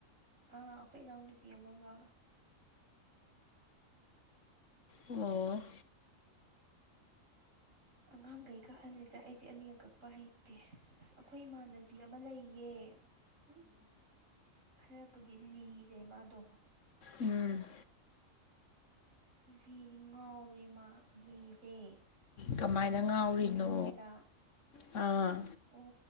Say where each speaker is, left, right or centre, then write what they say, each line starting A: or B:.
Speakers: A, on the right; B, on the left.
A: ꯑꯥ ꯑꯈꯣꯏ ꯏꯅꯥꯎ ꯅꯨꯄꯤ ꯑꯃꯒ
B: ꯑꯣ
A: ꯑꯉꯥꯡꯒꯩ ꯀꯛꯍꯜꯂꯤꯗ ꯑꯩꯗꯤ ꯑꯅꯤꯒ ꯀꯛꯄ ꯍꯩꯇꯦ ꯑꯁ ꯑꯈꯣꯏ ꯏꯃꯥꯟꯅꯕꯤ ꯑꯃ ꯂꯩꯌꯦ ꯎꯝ ꯈꯔꯕꯨꯗꯤ ꯂꯤꯔꯦ ꯃꯥꯗꯣ
B: ꯎꯝ
A: ꯂꯤ ꯉꯥꯎꯔꯦ ꯃꯥ ꯂꯤꯔꯦ
B: ꯀꯃꯥꯏꯅ
A: ꯂꯥꯛꯑꯝꯃꯦ
B: ꯉꯥꯎꯔꯤꯅꯣ
A: ꯑꯈꯣꯏꯗ
B: ꯑꯥ
A: ꯑꯣ